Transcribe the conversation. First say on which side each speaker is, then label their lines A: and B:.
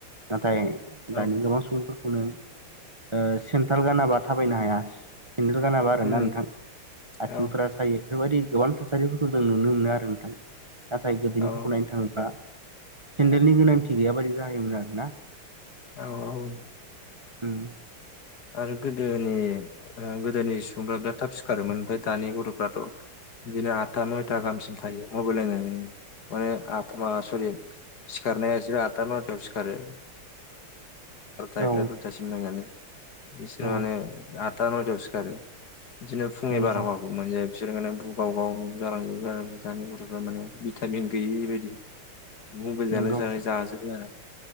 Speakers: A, on the right; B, on the left.
A: नाथाय दानि
B: औ
A: गोबां सुबुंफोरखौनो ओ सेनथाल गानाबा थाबायनो हाया सेन्देल गानाबा आरो
B: उम
A: ना नोंथां आथिंफोरा
B: औ
A: सायो। बेफोरबायदि गोबां थासारिफोरखौ जों नुनो मोनो आरो नोंथां नाथाय गोदोनिफोरखौ
B: औ
A: नायनो थाङोब्ला सेन्देलनि गोनांथि गैया बादि जाहायोमोन आरो ना
B: औ औ
A: उम
B: आरो गोदोनि ओ गोदोनि सुबुंफोरा बिराद थाब सिखारोमोन। आमफाय दानि गथ'फ्राथ' बिदिनो आदथा नयथा गाहामसिम थायो मबाइल नायनानै माने आ म सरि सिखारनाया बिसोर आदथा नयथायाव सिखारो। एकथा
A: औ
B: दुथासिम नायनानै बिसोरो
A: औ
B: माने आठथा नयथायाव सिखारो बिदिनो फुंनि
A: नंगौ
B: बारहावाखौ मोनजाया बिसोर बुगाव गाव जालांजोबो दानि गथ'फ्रा माने भिटामिन गैयि बायदि मबाइलजोंनो
A: नंगौ
B: जानाय जानाय जाजोबो आरो